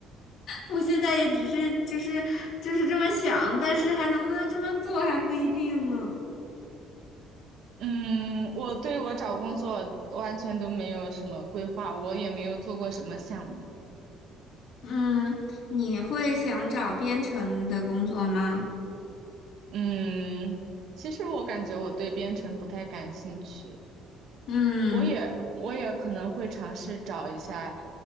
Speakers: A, on the left (about 65°); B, on the right (about 65°).
A: 我现在也只是就是就是这么想，但是还能不能这么做还不一定呢。
B: 嗯，我对我找工作完全都没有什么规划，我也没有做过什么项目。
A: 嗯，你会想找编程的工作吗？
B: 嗯，其实我感觉我对编程不太感兴趣，
A: 嗯，
B: 我也我也可能会尝试找一下